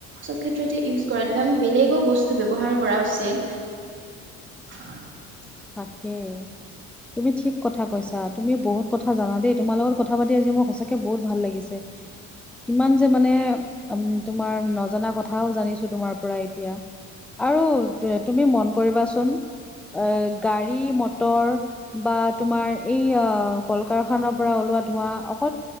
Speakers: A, on the right; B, in the centre.
A: চব ক্ষেত্ৰতে ইউজ কৰাতকৈ। আমি বেলেগো বস্তু ব্যয়ৱহাৰ কৰা উচিত। <unintelligible>
B: তাকে তুমি ঠিক কথা কৈছা। তুমি বহুত কথা জানা দেই তোমাৰ লগত কথা পাতি আজি মোৰ সঁচাকে বহুত ভাল লাগিছে। কিমান যে মানে উম তোমাৰ নজনা কথাও জানিছো তোমাৰ পৰা এতিয়া। আৰু তুমি মন কৰিবাচোন এ গাড়ী মটৰ বা তোমাৰ এই কল কাৰখানাৰ পৰা ওলোৱা ধোৱা <unintelligible>